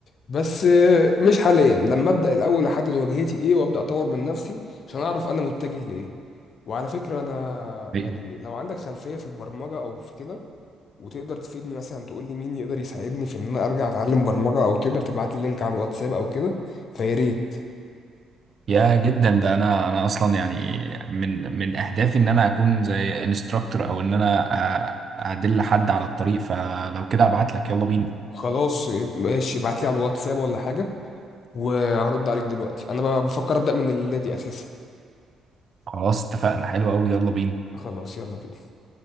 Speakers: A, on the left; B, on the right.
A: بس آه، مش حاليا لما ابدا الاول احدد واجهتي ايه وابدا اطور من نفسي عشان اعرف انا متجه لايه وعلى فكره انا
B: فاهم.
A: يعني لو عندك خلفيه في البرمجه او في كده وتقدر تفيدني مثلا تقول لي مين يقدر يساعدني في ان انا ارجع اتعلم برمجه او تقدر تبعت لي لينك على الواتساب او كده فيا ريت
B: يا جدا ده انا انا اصلا يعني من من اهدافي ان انا اكون زي انستراكتور او ان انا أ- ادل حد على الطريق فلو كده ابعت لك يلا بينا
A: خلاص إيه، ماشي ابعت لي على الواتساب ولا حاجه وهرد عليك دلوقتي انا بفكر ابدا من الليله دي اساسا
B: خلاص اتفقنا حلو قوي يلا بينا
A: خلاص يلا بينا